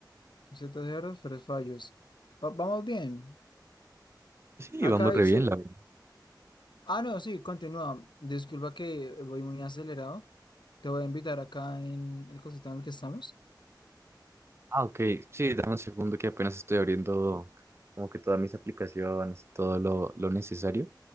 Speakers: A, on the left; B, on the right.
A: ciertos errores, pero fallos. Va- vamos bien.
B: Sí,
A: Acá
B: vamos
A: dice.
B: re bien, la verdad.
A: Ah, no, sí, continúa. Disculpa que voy muy acelerado. Te voy a invitar acá en el cosito en el que estamos.
B: Ah, ok. Sí, dame un segundo que apenas estoy abriendo como que todas mis aplicaciones y todo lo, lo necesario.